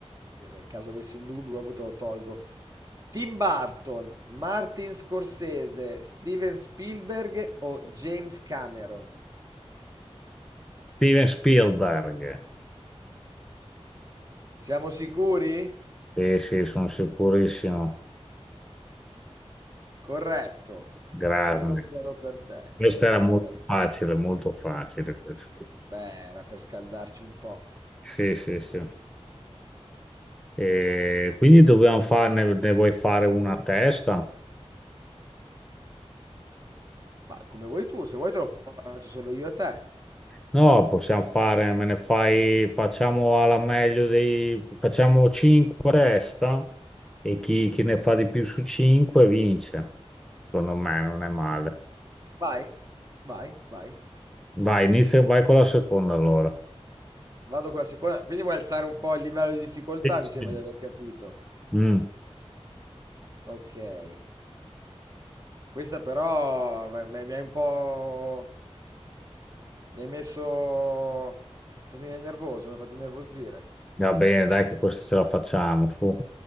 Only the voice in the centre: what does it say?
Steven Spielberg.
Sì, sì, sono sicurissimo.
Grande.
Questa
era molto
facile, molto facile questa.
Sì, sì, sì. E quindi dobbiamo farne, ne vuoi fare una a testa?
No, possiamo fare, me ne fai, facciamo alla meglio dei, facciamo 5 a testa e chi, chi ne fa di più su 5 vince. Secondo me non è male.
Vai, inizia, vai con la seconda allora.
Sì,
sì.
Mm,
va bene, dai che questa ce la facciamo, su.